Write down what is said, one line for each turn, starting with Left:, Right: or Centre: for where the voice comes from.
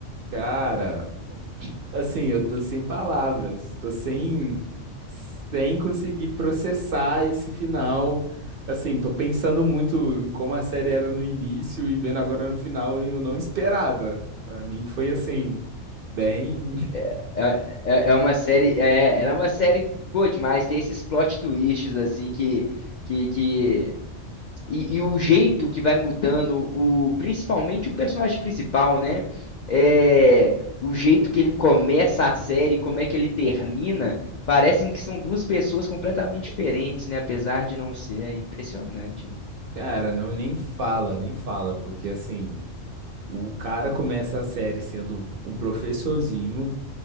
Right: Cara, assim, eu tô sem palavras, tô sem, sem conseguir processar esse final. Assim, tô pensando muito em como a série era no início e vendo agora no final, e eu não esperava. Pra mim foi assim, bem.
Left: É,
Right: <laughs>
Left: é, é é uma série, é, ela é uma série boa demais. Tem esses plot twists assim que que, que E, e o jeito que vai mudando, o principalmente o personagem principal, né? É, o jeito que ele começa a série, como é que ele termina, parecem que são duas pessoas completamente diferentes, né? Apesar de não ser, é impressionante, velho.
Right: Cara, não nem fala, nem fala, porque assim. O cara começa a série sendo um professorzinho